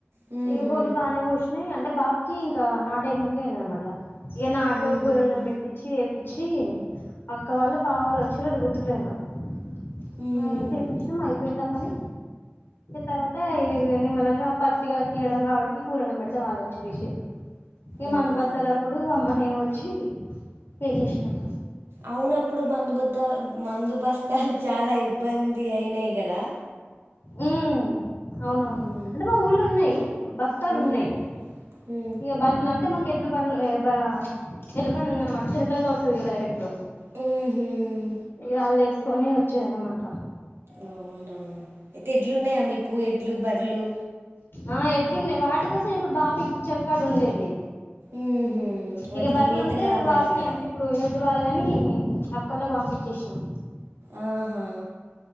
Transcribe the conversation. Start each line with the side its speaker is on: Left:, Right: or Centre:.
Right: హుహు.
Left: ఇక బోర్లు బానేఘోషణి అంటే బాపు ఇంకా నా టైమ్ ముందుక అయింద అనమాట ఏన్న ఆటో
Right: హుహు.
Left: కూలలను పెట్టించి వేపిచ్చి అక్క వాళ్ళు బావాల వచ్చ వచ్చషర ద గుర్తుకులే జకు
Right: హుహు.
Left: న చేయి ఇష్టం అయిపోయింద కాని తర్వాత ఇది నిమ్మలంగా పత్తిగా తీయడం కాబట్టికి కూరళ పెడితే వాళ్ళు వచ్చిదిసిరు ఇం
Right: అవునా!
Left: మంద బతల అప్పుడు అమ్మ నను వచ్చ ఇచ్చి ఎసేసినాము
Right: అవున ఆప్పుడు మందుబద్ద మందుబస్తాలు చాలా ఇబ్బంది అయినాయి కదా
Left: ఉ అవునవును
Right: హ్మ్.
Left: అంటే మా ఊర్లో ఉన్నాయి బస్తాలు
Right: హ్మ్.
Left: ఉన్నాయి
Right: హ్మ్.
Left: ఇక బండ్లు అంటే మాక్ ఎడ్ల బండ్లో ఏ బ ఎడ్ల బండి ఉందన్నమాట చిలకలతో వస్తది కదా డైరెక్ట్
Right: హుహు.
Left: ఇక వాళ్ళు వేసుకొని వచ్చేది అన్నమాట
Right: అవునా అయితే ఎడ్లు ఉన్నాయా మీకు ఎడ్లు బర్లు
Left: ఆ ఎడ్లున్నాయి వాటి కోసం ఇప్పుడు బాపకి ఇచ్చేకాడ ఉండేది
Right: ఊహు వాటికి
Left: ఇక బర్రె
Right: మేత
Left: ఉంటే
Right: కావాలిగా
Left: బాబకి అంటే ఇప్పుడు ఏ అచ్చు బాలేదని అక్కోలకి పంపించేసినం
Right: ఆహా